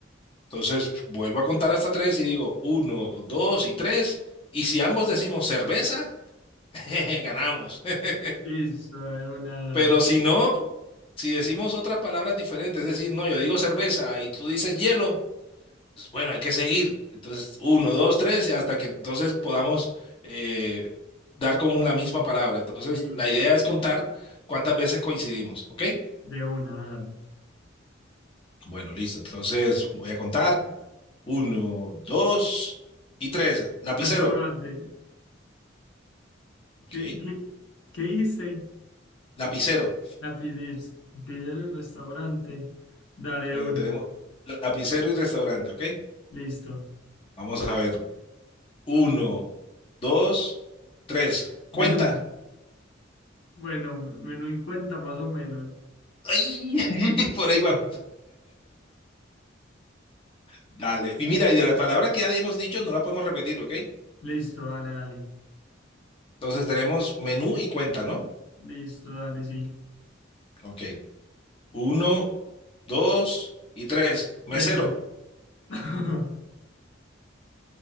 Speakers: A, on the left (about 30°); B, on the left (about 80°).
A: Entonces vuelvo a contar hasta tres y digo uno, dos y tres. Y si ambos decimos cerveza, <laughs> jeje, ganamos. <laughs>
B: listo, de una, dale.
A: Pero si no, si decimos otras palabras diferentes, es decir, no, yo digo cerveza y tú dices hielo, pues, bueno, hay que seguir. Entonces uno, dos, tres, y hasta que entonces podamos eh, dar con un- la misma palabra. Entonces
B: Listo,
A: la idea es contar cuántas veces coincidimos, ¿ok?
B: de una, dale.
A: Bueno, listo. Entonces voy a contar uno, dos y tres. Lapicero.
B: Restaurante,
A: Ok.
B: ¿qué, qué, qué dijiste?
A: Lapicero.
B: La pi- listo. Pide el restaurante, dale de
A: Bueno,
B: una,
A: tenemos lapicero y restaurante, ¿ok?
B: listo.
A: Vamos a ver. Uno,
B: Un
A: dos, tres. Cuenta.
B: menú, bueno, menú y cuenta más o menos.
A: ¡Ay! <laughs> Por ahí vamos. Dale. Y mira, y de las palabras que ya hemos dicho, no la podemos repetir, ¿ok?
B: Listo, dale, dale.
A: Entonces tenemos menú y cuenta, ¿no?
B: Listo, dale, sí.
A: Ok. Uno, dos y tres. Mesero.
B: Precio. <laughs>